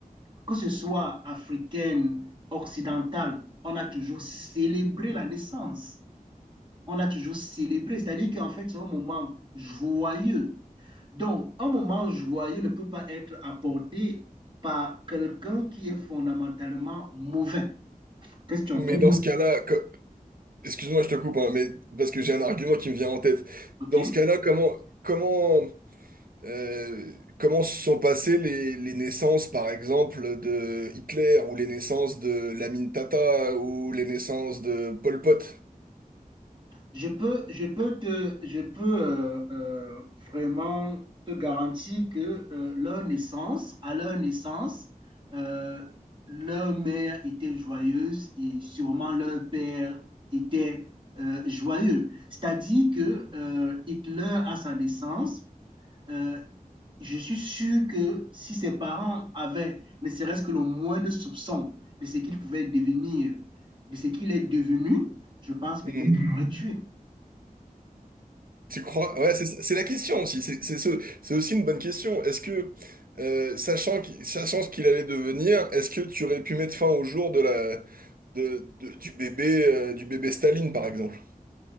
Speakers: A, on the right; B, on the right.
A: que ce soit africaine, occidentale, on a toujours célébré la naissance. On a toujours célébré. C'est-à-dire qu'en fait, c'est un moment joyeux. Donc, un moment joyeux ne peut pas être apporté par quelqu'un qui est fondamentalement mauvais. Qu'est-ce que tu en
B: Mais
A: penses?
B: dans ce cas-là, co- excuse-moi, je te coupe, hein, mais parce que j'ai un argument qui me vient en tête.
A: OK?
B: Dans ce cas-là, comment, comment, euh, comment se sont passées les, les naissances, par exemple, de Hitler ou les naissances de Lamine Tata ou les naissances de Pol Pot?
A: Je peux, je peux te, je peux euh, euh, vraiment te garantir que euh, leur naissance, à leur naissance, euh, leur mère était joyeuse et sûrement leur père était euh, joyeux. C'est-à-dire que euh, Hitler, à sa naissance, euh, Je suis sûr que si ses parents avaient ne serait-ce que le moindre soupçon de ce qu'il pouvait devenir, de ce qu'il est devenu, je pense peut-être
B: Hmm.
A: qu'il l'aurait tué.
B: Tu crois? Ouais, c'est ça- c'est la question aussi. C'est c'est ce- c'est aussi une bonne question. Est-ce que, euh, sachant qu'il sachant ce qu'il allait devenir, est-ce que tu aurais pu mettre fin au jour de la, de, de- du bébé, euh, du bébé Staline, par exemple?